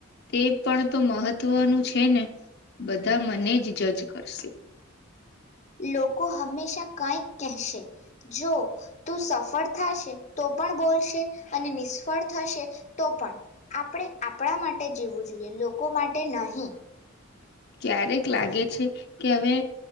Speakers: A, on the left; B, on the left.
A: તે પણ તો મહત્વનું છે ને બધા મને જ જજ કરશે.
B: લોકો હંમેશા કંઈક કહેશે જો તું સફળ થશે તો પણ બોલશે અને નિષ્ફળ થશે તો પણ આપણે આપણા માટે જીવવું જોઈએ લોકો માટે નહીં.
A: ક્યારેક લાગે છે કે હવે